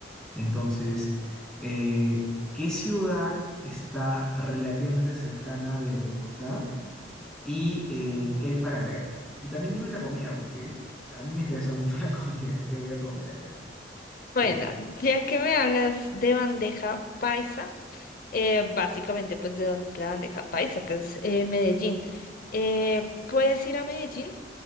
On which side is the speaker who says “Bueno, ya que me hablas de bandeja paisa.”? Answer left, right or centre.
Left